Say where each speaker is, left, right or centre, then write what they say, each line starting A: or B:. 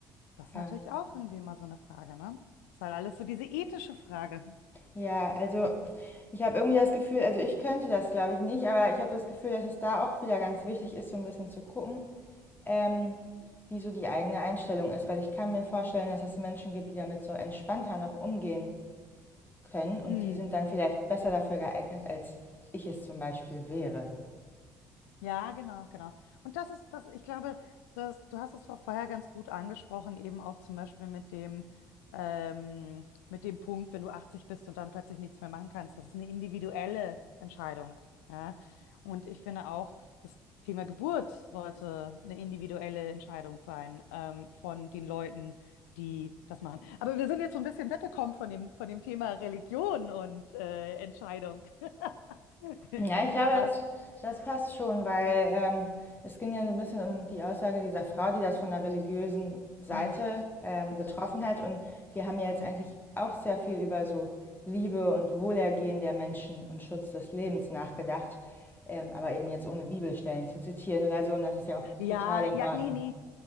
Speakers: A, on the left (about 75°); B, on the left (about 20°).
A: Das ist
B: Ja.
A: natürlich auch irgendwie mal so eine Frage, ne? Ist halt alles so diese ethische Frage.
B: Ja, also ich habe irgendwie das Gefühl, also ich könnte das glaube ich nicht, aber ich habe das Gefühl, dass es da auch wieder ganz wichtig ist, so ein bisschen zu gucken, Ähm, wie so die eigene Einstellung ist, weil ich kann mir vorstellen, dass es Menschen gibt, die damit so entspannter noch umgehen können und
A: Mm.
B: die sind dann vielleicht besser dafür geeignet, als ich es zum Beispiel wäre.
A: Ja, genau, genau. Und das ist das, ich glaube, das, du hast es vor- vorher ganz gut angesprochen, eben auch zum Beispiel mit dem, ähm, mit dem Punkt, wenn du 80 bist und dann plötzlich nichts mehr machen kannst. Das ist eine individuelle Entscheidung. Ja? Und ich finde auch, das Thema Geburt sollte eine individuelle Entscheidung sein, ähm, von den Leuten, die das machen. Aber wir sind jetzt so ein bisschen weggekommen von dem, von dem Thema Religion und äh, Entscheidung. <laughs>
B: Ja, ich glaube,
A: Aber,
B: das, das passt schon, weil ähm, es ging ja so ein bisschen um die Aussage dieser Frau, die das von der religiösen Seite
A: mhm.
B: ähm,
A: Richtig.
B: getroffen hat. Und wir haben ja jetzt eigentlich
A: Richtig.
B: auch sehr viel über so Liebe und Wohlergehen der Menschen und Schutz des Lebens nachgedacht, ähm, aber eben jetzt ohne Bibelstellen zu zitieren oder so. Und das ist ja auch
A: Ja,
B: total in
A: ja,
B: Ordnung.
A: nee, nee.